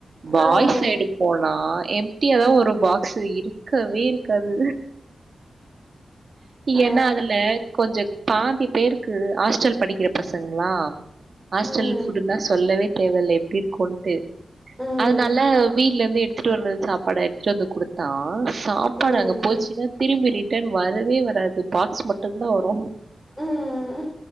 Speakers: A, on the right (about 60°); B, in the centre.
A: பாய்ஸ்
B: ஆ
A: சைடு போனா எம் ட்டியா தா வரு பாக்ஸு இருக்கவே இருக்காது
B: ஆ
A: ஏன்னா அதுல கொஞ்சொ பாதி பேருக்கு ஹாஸ்டல் படிக்கிற பசங்களா ஹாஸ்டல்
B: ம்
A: ஃபுட்டுனா சொல்லவே தேவெல்ல எப்டி இருக்குன்ட்டு
B: ம் ம்
A: அதுனால வீட்ல இருந்து எடுத்துட்டு வர்றது சாப்பாட எடுத்துட்டு வந்து குடுத்தா சாப்பாடு
B: ம்
A: அங்க போச்சுன்னா திரும்பி ரிட்டன் வரவே வராது பாக்ஸ் மட்டந்தா வரு
B: ம்